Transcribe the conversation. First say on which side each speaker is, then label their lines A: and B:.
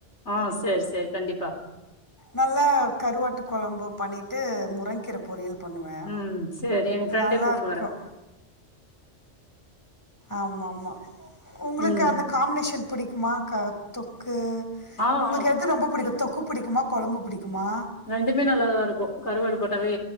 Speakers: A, on the left (about 70°); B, on the left (about 15°).
A: ஆ சேரி சேரி கண்டிப்பா
B: நல்லா கருவாட்டு கொழம்பு பண்ணிட்டு முறங்கீர பொரியல் பண்ணுவே
A: ம் சேரி எங்க ஃப்ரண்ட
B: நல்லாருக்கு
A: கூப்ட்டு வரே
B: ஆமா ஆமா உங்களுக்கு
A: ம்
B: அந்த காம்பினேஷன் பிடிக்குமா க தொக்கு
A: ஆ
B: உங்களுக்கு
A: ஆ
B: எது ரொம்ப புடிக்கு தொக்கு பிடிக்குமா கொழம்பு புடிக்குமா
A: ரெண்டுமே நல்லாதா இருக்கு கருவாடு போட்டாவே